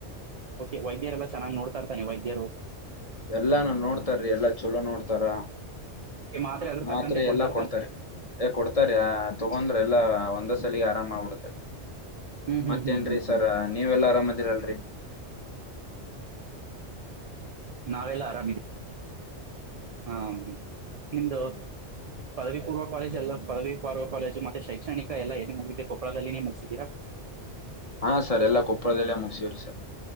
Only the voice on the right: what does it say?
ಓಕೆ ವೈದ್ಯರುಲ್ಲ ಚನ್ನಾಗಿ ನೋಡ್ತ ಇರ್ತೆ ವೈದ್ಯರು
ಓಕೆ ಅದ್ರ
ತಕ್ಕಂತೆ ಕೊಡ್ತಾ
ಇರ್ತಾನೆ
ಹ್ಮ್ ಹ್ಮ್
ಹ್ಮ್ ಹ್ಮ್ ಹ್ಮ್.
ನಾವೆಲ್ಲಾರಾಮೀವಿ
ಹಾ ನಿಮ್ದು ಪದವಿ ಪೂವ ಕಾಲಜ ಎಲ್ಲ ಪದವಿ ಪರ್ವ ಕಾಲೇಜು ಮತ್ತೆ ಶೈಕ್ಷಣಿಕ ಎಲ್ಲ ಏ ಮುಗಿದೆ ಕೊಪ್ಪಳದಲ್ಲಿನೇ ಮುಗಿಸಿದ್ದೀರಾ